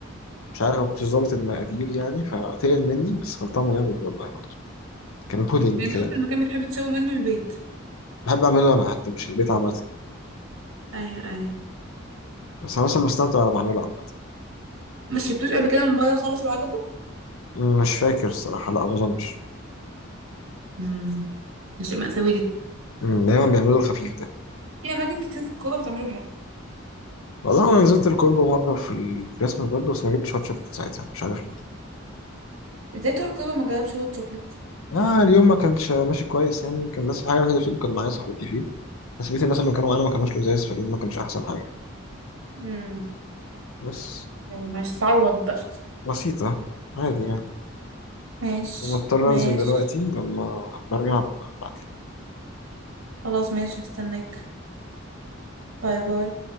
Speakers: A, on the left (about 85°); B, on the right (about 70°).
A: مش عارف ما كنتش ظابط المقادير يعني فتقل مني بس كان طعمه جامد والله برضه كان بودنج
B: يعني انت
A: كده
B: اكتر مكان بتحب تشوي منه البيت
A: بحب اعمله انا حتى مش البيت عامه
B: ايوه ايوه
A: بس أنا مثلا بستمتع وأنا بعمله
B: مش جبتوش قبل كده من بره خالص وعجبك
A: عامة. مش فاكر الصراحة لا ما أظنش
B: امم ده شيء مأساوي جدا
A: أمم، دايما بيعملوا الخفيف ده
B: في اماكن كتير في الكوبا بتعمله حلو
A: والله أنا نزلت الكوربة مرة في الكريسماس برضه بس ما جبتش هوت شوكليت ساعتها مش عارف ليه
B: ازاي تروح الكوبا ما جربش هوت شوكليت
A: لا اليوم ما كانش ماشي كويس يعني كان بس الحاجة الوحيدة فيه اللي كان معايا صاحبتي فيه بس بقية الناس اللي كانوا معانا ما كانوش لزاز فاليوم ما كانش أحسن حاجة
B: امم
A: بس
B: يعني ماشي تعوض بقى
A: بسيطة عادي يعني
B: ماشي
A: مضطر
B: ماشي
A: أنزل دلوقتي لما برجع أبعتلك
B: خلاص ماشي هستناك باي باي